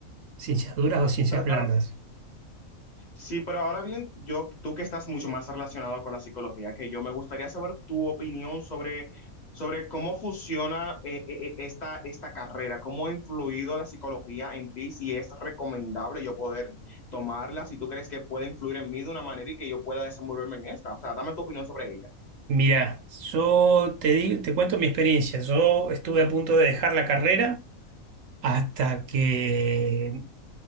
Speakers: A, on the right (about 70°); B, on the left (about 30°).
A: ciencias duras o ciencias
B: Pero claro,
A: blandas.
B: Sí, pero ahora bien, yo, tú que estás mucho más relacionado con la psicología que yo, me gustaría saber tu opinión sobre, sobre cómo funciona eh, eh, eh, esta, esta carrera, cómo ha influido la psicología en ti, si es recomendable yo poder tomarla, si tú crees que puede influir en mí de una manera y que yo pueda desenvolverme en esta. O sea, dame tu opinión sobre ella.
A: Mira, yo te di- te cuento mi experiencia. Yo estuve a punto de dejar la carrera hasta que